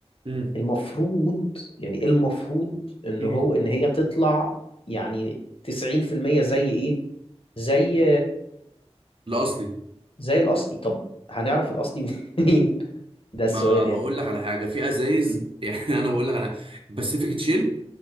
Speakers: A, on the right (about 55°); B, on the left (about 55°).
A: امم
B: المفروض يعني إيه المفروض ان
A: امم
B: هو ان هي تطلع يعني 90% زي ايه زي
A: لا اصلي
B: زي الاصلي طب هنعرف الاصلي <laughs> منين ده
A: ما
B: السؤال
A: هقول
B: يعني
A: لك على حاجه في ازايز
B: امم
A: <laughs> يعني انا بقول لك على باسيفيك تشيل